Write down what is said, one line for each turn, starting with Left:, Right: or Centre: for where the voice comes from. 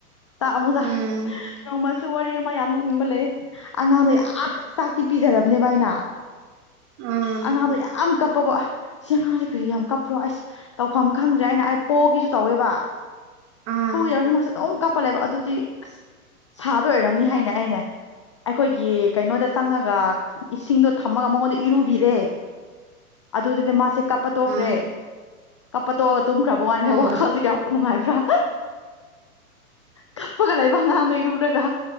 Left: ꯆꯥꯛ ꯑꯃꯨꯛ
Right: ꯎꯝ
Left: ꯅꯣꯡꯃ ꯋꯥꯔꯤ ꯑꯃ ꯌꯥꯝ ꯅꯣꯛꯅꯤꯡꯕ ꯂꯩ ꯑꯉꯥꯡꯗꯣ ꯌꯥꯝ ꯆꯥꯛꯇꯤ ꯄꯤꯖꯔꯕꯅꯦꯕ ꯑꯩꯅ
Right: ꯎꯝ
Left: ꯑꯉꯥꯡꯗꯣ ꯌꯥꯝ ꯀꯞꯄꯒꯣ ꯑꯁꯤ ꯑꯉꯥꯡꯁꯦ ꯀꯔꯤꯔ ꯌꯥꯝ ꯀꯞꯄ꯭ꯔꯣ ꯑꯩꯁ ꯇꯧꯐꯝ ꯈꯪꯗ꯭ꯔꯦ ꯑꯩꯅ ꯑꯩ ꯄꯣꯛꯒꯦꯁꯨ ꯇꯧꯋꯦꯕ
Right: ꯎꯝ
Left: ꯄꯨꯒꯦꯗꯧꯔꯁꯨ ꯃꯥꯁꯦ ꯑꯗꯨꯝ ꯀꯞꯄ ꯂꯩꯕ ꯑꯗꯨꯗꯤ ꯑꯁꯤ ꯁꯥꯕ ꯑꯣꯏꯔꯝꯅꯤ ꯍꯥꯏꯅ ꯑꯩꯅ ꯑꯩꯈꯣꯏꯒꯤ ꯀꯩꯅꯣꯗ ꯆꯪꯉꯒ ꯏꯁꯤꯡꯗꯣ ꯊꯝꯃꯒ ꯃꯉꯣꯟꯗ ꯏꯔꯨꯕꯤꯔꯦ ꯑꯗꯨꯗꯗꯤ ꯃꯥꯁꯦ ꯀꯞꯄ ꯇꯣꯛꯈ꯭ꯔꯦ
Right: ꯎꯝ
Left: ꯀꯞꯄ ꯇꯣꯛꯑꯒ ꯇꯨꯝꯈ꯭ꯔꯕ ꯋꯥꯅꯤꯗ
Right: ꯑꯣ
Left: ꯋꯥꯈꯜꯁꯦ ꯀꯌꯥ ꯅꯨꯡꯉꯥꯏꯕ꯭ꯔꯥ ꯀꯞꯄꯒ ꯂꯩꯕ ꯉꯥꯡꯗꯣ ꯏꯔꯨꯔꯒ